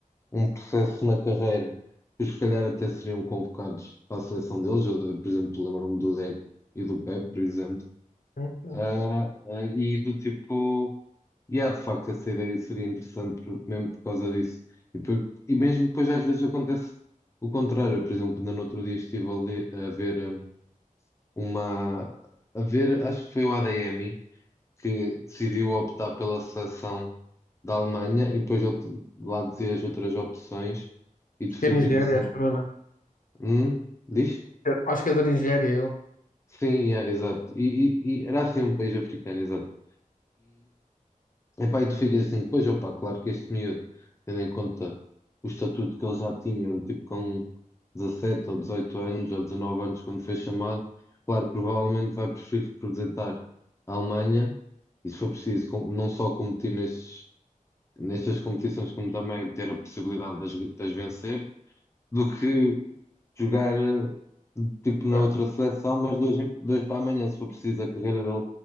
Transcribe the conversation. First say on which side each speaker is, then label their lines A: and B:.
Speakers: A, on the left; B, on the left.
A: um processo na carreira. Os que se calhar até seriam convocados para a seleção deles. Eu, por exemplo, lembro-me do Deco e do Pepe, por exemplo
B: Hum, hum.
A: ah, ah, e do tipo, e há de facto essa ideia seria interessante por- mesmo por causa disso. E, por- e mesmo depois às vezes acontece o contrário. Eu, Por exemplo, ainda no outro dia estive a, ler- a ver ah, uma, a ver, acho que foi o ADM que decidiu optar pela seleção da Alemanha e depois ele te- lá dizia as outras opções e
B: Acho
A: tu ficas
B: que é Nigéria,
A: assim,
B: acho que eu, né?
A: hum? Diz?
B: Acho que é da Nigéria ele.
A: Sim, yeah, exato. E, e- e era assim um país africano, exato. Epá, e tu ficas assim, pois, opá, claro que este miúdo, tendo em conta o estatuto que ele já tinha, do tipo com 17 ou 18 anos ou 19 anos, quando foi chamado, claro, provavelmente vai preferir representar a Alemanha e, se for preciso, com- não só competir nestes, nestas competições, como também ter a possibilidade de as, de as vencer do que jogar eh, tipo na
B: Ué.
A: outra seleção, mas dois, dois para amanhã, se for preciso, a carreira dele